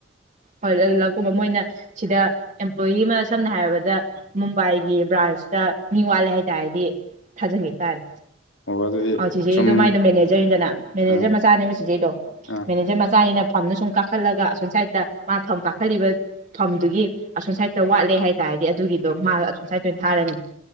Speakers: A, on the right; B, on the left.
A: ꯍꯣꯏ ꯂꯛꯀꯨꯝꯕ ꯃꯣꯏꯅ ꯁꯤꯗ ꯑꯦꯝꯄ꯭ꯂꯣꯌꯤ ꯑꯃ ꯁꯝꯅ ꯍꯥꯏꯔꯕꯗ ꯃꯨꯝꯕꯥꯏꯒꯤ ꯕ꯭ꯔꯥꯟꯁꯇ ꯃꯤꯋꯥꯂꯦ ꯍꯥꯏꯇꯥꯔꯗꯤ ꯊꯥꯖꯟꯈꯤꯇꯥꯥꯔꯦ
B: ꯑꯗꯨꯗꯤ
A: ꯑꯣ ꯆꯤꯆꯦꯒꯤꯗꯣ
B: ꯁꯨꯝ
A: ꯃꯥꯏꯗꯣ ꯃꯦꯅꯦꯖꯔꯅꯤꯗꯅ ꯃꯦꯅꯦꯖꯔ
B: ꯑꯥ
A: ꯃꯆꯥꯅꯦꯕ ꯆꯤꯆꯦꯗꯣ
B: ꯑꯥ
A: ꯃꯦꯅꯦꯖꯔ ꯃꯆꯥꯅꯤꯅ ꯐꯝꯅ ꯁꯨꯝ ꯀꯥꯈꯠꯂꯒ ꯑꯁꯣꯝ ꯁꯥꯏꯗꯠꯇ ꯃꯥꯥꯅ ꯐꯝ ꯀꯥꯈꯠꯂꯤꯕ ꯐꯝꯗꯨꯒꯤ ꯑꯁꯣꯝ ꯁꯥꯏꯗ ꯋꯥꯠꯂꯦ ꯍꯥꯏꯇꯥꯥꯔꯗꯤ ꯑꯗꯨꯒꯤꯗꯣ ꯃꯥ ꯑꯁꯣꯝ ꯁꯥꯏꯗꯠꯇ ꯑꯣꯏꯅ ꯊꯥꯔꯅꯤ